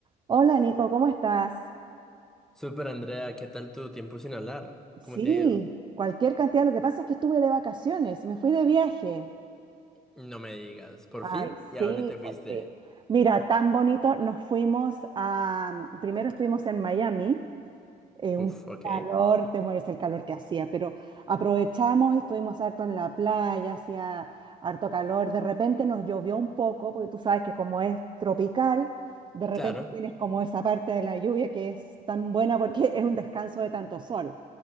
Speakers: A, on the right; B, in the centre.
A: Hola Nico, ¿cómo estás?
B: Super Andrea, ¿qué tal tu tiempo sin hablar?
A: Sí,
B: ¿Cómo te ha ido?
A: cualquier cantidad. Lo que pasa es que estuve de vacaciones, me fui de viaje.
B: No me digas, ¿por
A: Ay,
B: fin? ¿Y
A: sí,
B: a dónde te fuiste?
A: por fin. Mira, tan bonito. Nos fuimos a, primero estuvimos en Miami eh,
B: Uf,
A: un
B: ok.
A: calor, te mueres el calor que hacía, pero aprovechamos y estuvimos harto en la playa, hacía harto calor, de repente nos llovió un poco, porque tú sabes que como es tropical, de repente
B: Claro.
A: tienes como esa parte de la lluvia que es tan buena porque <laughs> es un descanso de tanto sol,